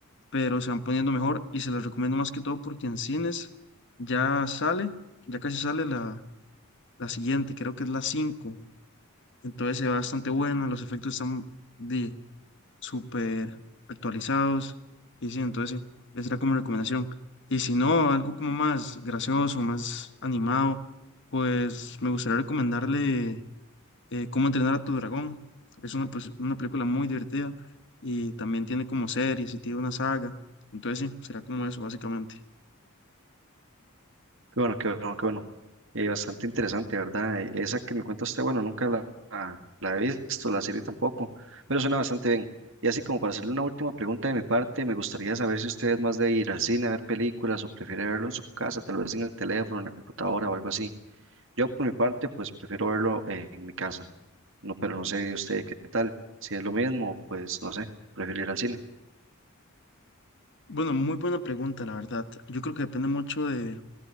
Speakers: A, on the left; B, on the right.
A: Pero se van poniendo mejor y se las recomiendo más que todo porque en cines ya sale, ya casi sale la, la siguiente, creo que es la cinco Entonces se ve bastante bueno, los efectos están de, súper actualizados y sí, entonces sí, esa era como recomendación. Y si no, algo como más gracioso, más animado, pues me gustaría recomendarle eh, Cómo entrenar a tu dragón. Es una, pues, una película muy divertida y también tiene como series y tiene una saga. Entonces, sí, será como eso, básicamente.
B: Qué bueno, qué bueno, qué bueno. Eh, bastante interesante, ¿verdad? Eh, Esa que me cuenta usted, bueno, nunca la, la, la he visto, la serie tampoco, pero suena bastante bien. Y así como para hacerle una última pregunta de mi parte, me gustaría saber si usted es más de ir al cine a ver películas o prefiere verlo en su casa, tal vez en el teléfono, en la computadora o algo así. Yo por mi parte, pues prefiero verlo eh, en mi casa, no, pero no sé usted qué tal. Si es lo mismo, pues no sé, prefiero ir al cine.
A: Bueno, muy buena pregunta, la verdad. Yo creo que depende mucho de,